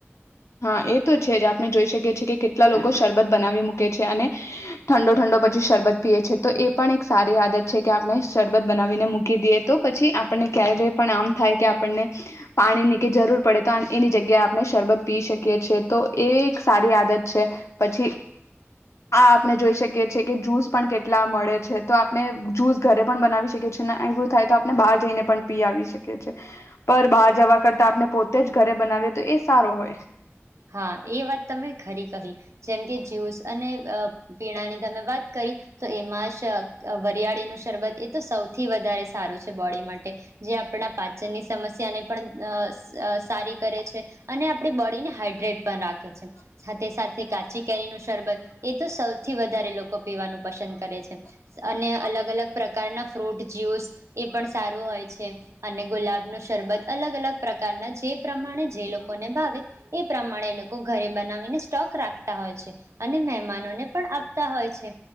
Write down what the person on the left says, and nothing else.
હા એ તો છે જ આપણે જોઈ શકીએ છીએ કે કેટલા લોકો શરબત બનાવી મૂકે છે અને ઠંડો ઠંડો પછી શરબત પીએ છ છે તો એ પણ એક સારી આદત છે કે આપણે શરબત બનાવીને મૂકી દઈએ તો પછી આપણને ક્યારે પણ આમ થાય કે આપણને પાણીની કે જરૂર પડે તો એની જગ્યાએ આપણે શરબત પી શકી છેએ તો એ એક સારી આદત છે પછી આ આપણે જોઈ શકીએ છીએ કે જ્યૂસ પણ કેટલા મળે છે તો આપણે જ્યૂસ ઘરે પણ બનાવી શકીએ છીએ એવું થાય તો આપણે બહાર જઈને પણ પી આવી શકીએ છીએ પર બહાર જવા કરતા આપણે પોતે જ ઘરે બનાવીએ તો એ સારો હોય.